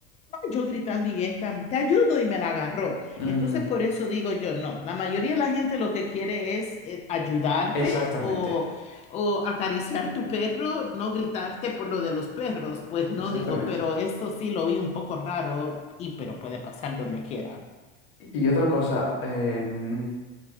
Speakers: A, on the left; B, on the left.
A: yo gritando y esta, te ayudo y me la agarró.
B: Mm,
A: Entonces, por eso digo yo, no, la mayoría de la gente lo que quiere es eh, ayudarte
B: exactamente,
A: o, o acariciar tu perro, no gritarte por lo de los perros, pues no
B: exactamente.
A: digo, pero eso sí lo vi un poco raro y pero puede pasar donde quiera.
B: Y y otra cosa, em,